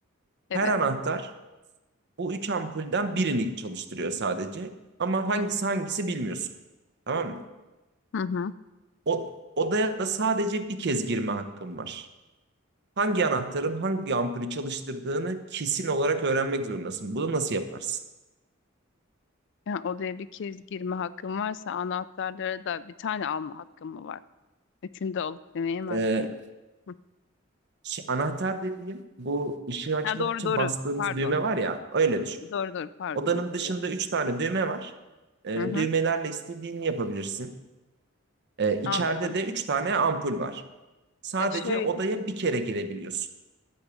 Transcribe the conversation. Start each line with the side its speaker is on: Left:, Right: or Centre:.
Left: Evet.
Right: Her anahtar Bu üç ampulden birini çalıştırıyor sadece. Ama hangisi hangisi bilmiyorsun. Tamam mı?
Left: Hı hı.
Right: O, odaya da sadece bir kez girme hakkın var. Hangi anahtarın hangi ampulü çalıştırdığını kesin olarak öğrenmek zorundasın. Bunu nasıl yaparsın?
Left: Yani odaya bir kez girme hakkım varsa anahtarlara da bir tane alma hakkım mı var? Üçünü de alıp deneyemez
Right: Ee,
Left: miyim? Hı.
Right: şey, anahtar dediğim bu ışığı açmak
Left: Ha doğru
Right: için
Left: doğru.
Right: bastığımız
Left: Pardon.
Right: düğme var ya öyle düşün.
Left: Doğru doğru pardon.
Right: Odanın
Left: Evet.
Right: dışında üç tane düğme var. Ee,
Left: Hı hı.
Right: düğmelerle istediğini yapabilirsin. Ee, içeride
Left: Anladım.
Right: de üç tane ampul var. Sadece
Left: Ya şöyle
Right: odaya bir kere girebiliyorsun.